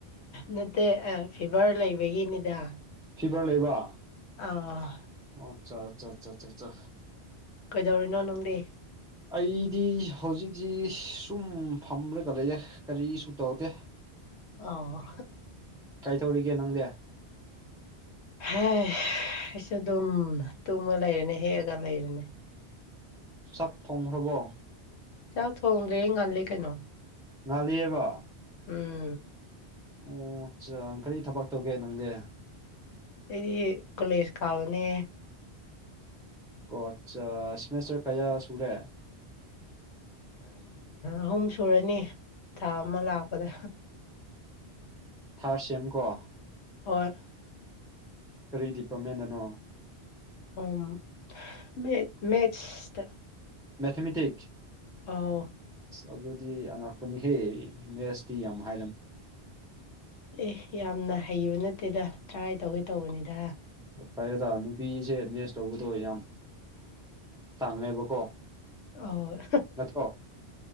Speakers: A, on the left; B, in the centre.
A: ꯅꯠꯇꯦ ꯐꯤꯚꯔ ꯂꯩꯕꯒꯤꯅꯤꯗ
B: ꯐꯤꯚꯔ ꯂꯩꯕ
A: ꯑꯧ
B: ꯑꯣ ꯑꯆꯥ ꯑꯆꯥ ꯑꯆꯥꯆꯥꯆꯥ
A: ꯀꯩꯗꯧꯔꯤꯅꯣ ꯅꯪꯗꯤ
B: ꯑꯩꯗꯤ ꯍꯧꯖꯤꯛꯖꯤ ꯁꯨꯝ ꯐꯝꯔꯒ ꯂꯩꯌꯦ ꯀꯔꯤꯁꯨ ꯇꯧꯗꯦ
A: ꯑꯣ
B: ꯀꯩꯗꯧꯔꯤꯒꯦ ꯅꯪꯗꯤ
A: ꯍꯦ ꯑꯩꯁꯨ ꯗꯨꯝ ꯇꯨꯝꯃ ꯂꯩꯔꯦꯅꯦ ꯍꯦꯛꯑꯒ ꯂꯩꯔꯦꯅꯦ
B: ꯆꯥꯛ ꯊꯣꯡꯈ꯭ꯔꯕꯣ
A: ꯆꯥꯛ ꯊꯣꯡꯗ꯭ꯔꯤꯌꯦ ꯉꯜꯂꯤ ꯀꯩꯅꯣ
B: ꯉꯜꯂꯤꯌꯦꯕ
A: ꯎꯝ
B: ꯑꯣ ꯆꯥ ꯀꯔꯤ ꯊꯕꯛ ꯇꯧꯒꯦ ꯅꯪꯗꯤ
A: ꯑꯩꯗꯤ ꯀꯣꯂꯦꯖ ꯀꯥꯕꯅꯦ
B: ꯑꯣ ꯑꯠꯆꯥ ꯁꯤꯃꯦꯁꯇꯔ ꯀꯌꯥ ꯁꯨꯔꯦ
A: ꯑꯍꯨꯝ ꯁꯨꯔꯅꯤ ꯊꯥ ꯑꯃ ꯂꯥꯛꯄꯗ
B: ꯊꯥꯔꯠ ꯁꯦꯝꯀꯣ
A: ꯍꯣꯏ
B: ꯀꯔꯤ ꯗꯤꯄꯥꯔꯠꯃꯦꯟꯗꯅꯣ
A: ꯑꯣꯝ ꯃꯦ ꯃꯦꯊꯁꯇ
B: ꯃꯦꯊꯃꯦꯇꯤꯛꯁ
A: ꯑꯧ
B: ꯑꯗꯨꯗꯤ ꯑꯉꯛꯄꯅꯤꯍꯦ ꯃꯦꯊꯁꯇꯤ ꯌꯥꯝ <inaudible>
A: ꯑꯦ ꯌꯥꯝꯅ ꯍꯩꯕ ꯅꯠꯇꯦꯗ ꯇ꯭ꯔꯥꯏ ꯇꯧꯒꯦ ꯇꯧꯕꯅꯤꯗ
B: ꯐꯔꯦꯗ ꯅꯨꯄꯤꯁꯦ ꯃꯦꯁ ꯂꯧꯕꯗꯣ ꯌꯥꯝ ꯇꯥꯡꯉꯦꯕꯀꯣ
A: ꯑꯧ
B: ꯅꯠꯇ꯭ꯔꯣ